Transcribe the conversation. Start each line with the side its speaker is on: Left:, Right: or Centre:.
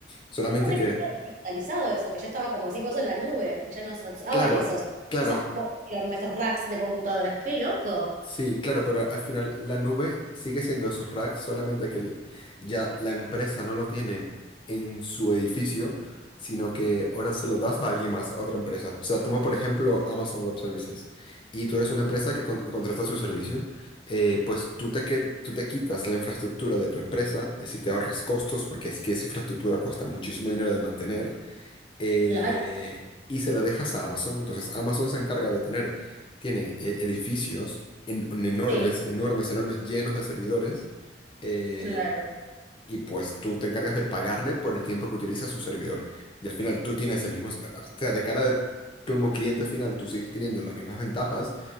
Left: Solamente
Right: Yo pensé
Left: que,
Right: que estaba digitalizado eso, que ya estaba, como decís vos, en la nube, que ya no se usaban
Left: claro,
Right: esos,
Left: claro,
Right: esas cosas, enormes, esos racks de computadoras. ¡Qué loco!
Left: Sí, claro, pero al final la nube sigue siendo esos racks, solamente que el- ya la empresa no lo tiene en su edificio, sino que ahora se lo das a alguien más, a otra empresa. O sea, tomo por ejemplo Amazon Web Services y tú eres una empresa que con- contrata su servicio, eh, pues tú te, que- tú te quitas la infraestructura de tu empresa y así te ahorras costos, porque es que esa infraestructura cuesta muchísimo dinero de mantener eh,
Right: Claro,
Left: y se la dejas a Amazon. Entonces Amazon se encarga de tener, tiene eh, edificios en- en enormes,
Right: sí,
Left: enormes, enormes, llenos de servidores. eh,
Right: claro.
Left: y pues tú te encargas de pagarle por el tiempo que utiliza su servidor. Y al final tú tienes el mismo, o sea, de cara de, como cliente final, tú sigues teniendo las mismas ventajas